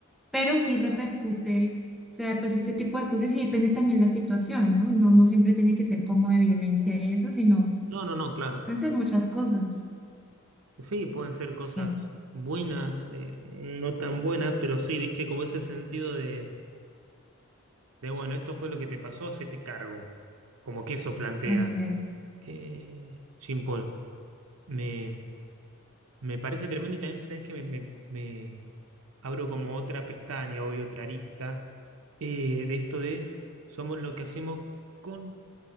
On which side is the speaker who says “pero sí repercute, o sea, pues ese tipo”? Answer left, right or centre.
Centre